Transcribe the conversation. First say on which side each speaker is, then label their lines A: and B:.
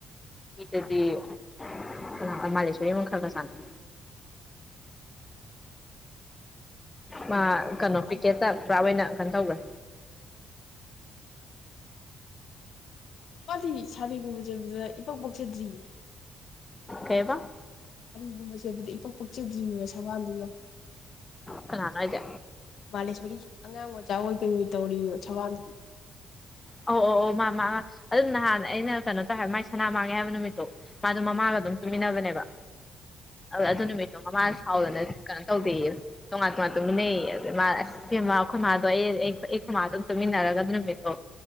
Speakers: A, on the left (about 20°); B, on the left (about 65°).
A: ꯃꯤꯗꯗꯤ ꯀꯅꯥ ꯃꯥꯂꯦꯁꯣꯔꯃ ꯈꯥꯒꯥ ꯁꯥꯟꯅꯩ꯫ ꯃꯥ ꯀꯩꯅꯣ ꯀ꯭ꯔꯤꯛꯀꯦꯠꯇ
B: ꯑꯗꯨ
A: ꯄꯨꯔꯥ ꯑꯣꯏꯅ ꯀꯩꯅꯣ ꯇꯧꯈ꯭ꯔꯦ꯫
B: ꯃꯥꯗꯤ ꯁꯥꯔꯤꯒꯨꯝꯕ ꯆꯦꯕꯖꯦ ꯏꯄꯛ ꯄꯛꯆꯗ꯭ꯔꯤꯌꯦ꯫
A: ꯀꯩꯑꯥꯕ
B: ꯁꯥꯔꯤꯒꯨꯝꯕ ꯁꯦꯕꯗ ꯏꯄꯛ ꯄꯛꯆꯗ꯭ꯔꯤꯑꯦꯕ ꯁꯕꯥꯜꯗꯨꯒ
A: ꯥꯀꯅꯥꯅꯣ ꯍꯥꯏꯖꯦ
B: ꯕꯥꯂꯦꯁꯣꯔꯤ ꯑꯉꯥꯡ ꯃꯆꯥ ꯑꯣꯏ ꯀꯔꯤꯑꯣꯏ ꯇꯧꯔꯤꯌꯦꯕ ꯁꯕꯥꯟ
A: ꯑꯣ ꯑꯣ ꯑꯣ ꯃꯥ ꯃꯥ ꯑꯗꯨꯝ ꯅꯍꯥꯟ ꯑꯩꯅ ꯀꯩꯅꯣ ꯇꯧꯋꯦꯕ ꯃꯥꯏ ꯁꯅꯥ ꯃꯥꯡꯉꯦ ꯍꯥꯏꯕ ꯅꯨꯃꯤꯠꯇꯣ ꯃꯥꯗꯣ ꯃꯃꯥꯒ ꯑꯗꯨꯝ ꯆꯨꯃꯤꯟꯅꯕꯅꯦꯕ ꯑꯗꯨ ꯅꯨꯃꯤꯠ__ ꯑꯗꯣ ꯃꯃꯥꯅ ꯁꯥꯎꯗꯅ ꯀꯩꯅꯣ ꯇꯧꯗꯦꯌꯦ ꯇꯣꯉꯥꯟ ꯇꯣꯉꯥꯟ ꯇꯨꯃꯤꯅꯩꯌꯦ ꯑꯗ ꯃꯥꯅ ꯑꯁ__ ꯏꯕꯦꯝꯃꯥ ꯈꯣꯏꯃꯥꯗꯣ ꯑꯩ ꯑꯩ ꯈꯨꯃꯥꯗꯣ ꯑꯗꯨꯝ ꯇꯨꯃꯤꯟꯅꯔꯒ ꯑꯗꯨ ꯅꯨꯃꯤꯠꯇꯣ__